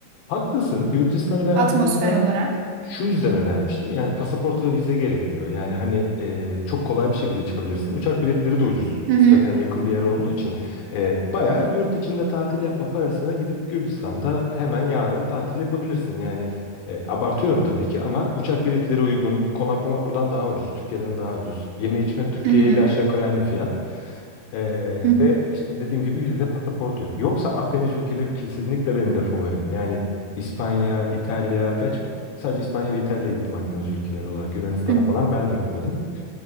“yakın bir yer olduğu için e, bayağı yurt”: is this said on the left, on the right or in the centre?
Left